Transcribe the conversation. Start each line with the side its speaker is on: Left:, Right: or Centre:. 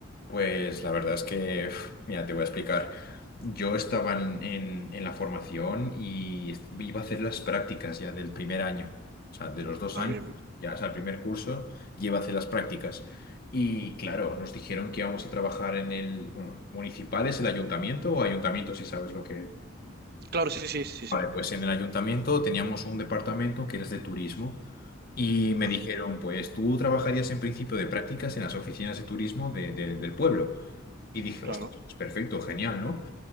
Left: Pues la verdad es que, uf, mira, te voy a explicar. Yo estaba en, en- en la formación y est- iba a hacer las prácticas ya del primer año, o sea, de los dos
Right: Ah,
Left: años,
Right: bien.
Left: ya, o sea, el primer curso, ya iba a hacer las prácticas. Y claro, nos dijeron que íbamos a trabajar en el, bueno, municipal es el ayuntamiento o ayuntamiento, si sabes lo que...
Right: Claro, sí, sí, sí, sí.
Left: Vale, pues en el ayuntamiento teníamos un departamento que era de turismo. Y me
Right: Ah,
Left: dijeron,
Right: mira.
Left: pues tú trabajarías en principio de prácticas en las oficinas de turismo de- de- del pueblo. Y dije,
Right: Claro.
Left: hostia, es perfecto, genial, ¿no?